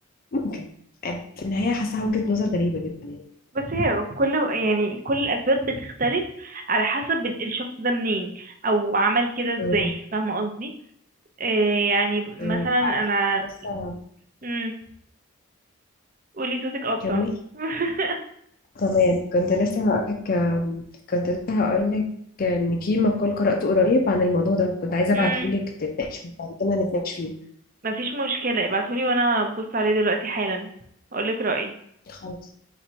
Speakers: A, on the left (about 40°); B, on the right (about 40°).
A: ممكن في النهاية حاسة وجهة نظر غريبة جدا يعني
B: بس هي كل يعني كل الأسباب بتختلف على حسب ال- الشخص ده منين أو عمل كده ازاي
A: امم
B: فاهمة قصدي إيه يعني مثلا
A: امم تعرفي
B: أنا
A: لسه
B: مم. قولي صوتك قطع
A: كملي
B: <laughs>
A: تمام كنت لسه هقولك كنت لسه هقول لك ان في مقال قرأته قريب عن الموضوع ده كنت عايزة ابعته
B: مم.
A: لك تتناقش فيه بعد كده نتناقش فيه
B: مفيش مشكلة ابعتهولي وأنا أبص عليه دلوقتي حالا أقولك رأيي
A: خلاص